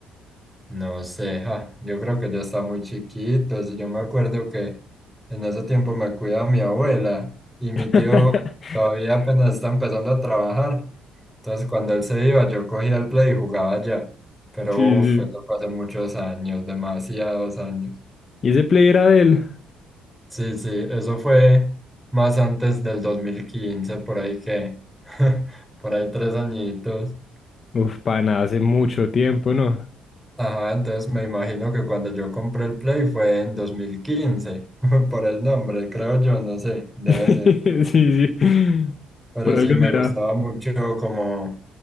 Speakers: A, in the centre; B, on the left (about 45°).
A: No sé, ja, yo creo que yo estaba muy chiquito. si yo me acuerdo que en ese tiempo me cuidaba mi abuela y mi
B: <laughs>
A: tío todavía apenas está empezando a trabajar. Entonces, cuando él se iba, yo cogía el play y jugaba allá. Pero
B: Sí,
A: uff,
B: sí.
A: eso fue hace muchos años, demasiados años.
B: ¿Y ese play era de él?
A: Sí, sí, eso fue más antes del dos mil quince por ahí que, <laughs> por ahí tres añitos.
B: Uf, pana, hace mucho tiempo, ¿no?
A: Ajá, entonces me imagino que cuando yo compré el Play fue en dos mil quince <laughs> por el nombre, creo yo, no sé, debe
B: <laughs>
A: ser.
B: Sí, sí.
A: Pero
B: Por
A: sí,
B: algo
A: me
B: será.
A: gustaba mucho como